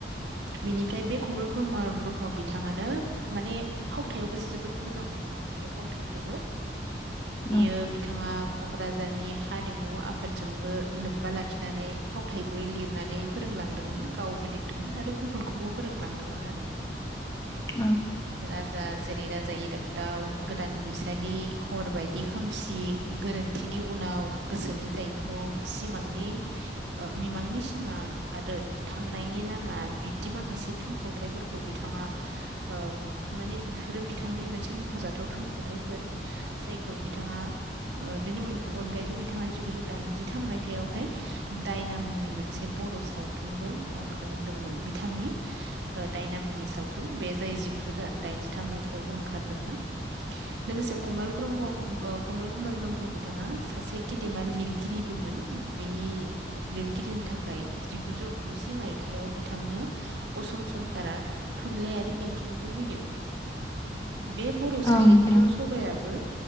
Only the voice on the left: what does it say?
औ
औ
औ नोंथां